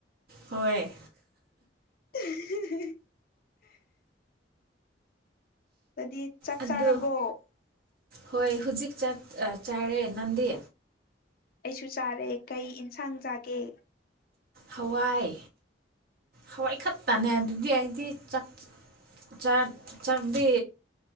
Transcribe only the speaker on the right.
ꯍꯣꯏ
ꯑꯗꯨ
ꯍꯣꯏ ꯍꯨꯖꯤꯛ ꯆꯠ ꯆꯥꯔꯦ ꯅꯟꯗꯤ
ꯍꯋꯥꯏ ꯍꯋꯥꯏ ꯈꯛꯇꯅꯦ ꯑꯗꯨꯗꯤ ꯑꯩꯗꯤꯥꯛ ꯆ ꯆꯥꯛ ꯆꯥꯛꯗꯤ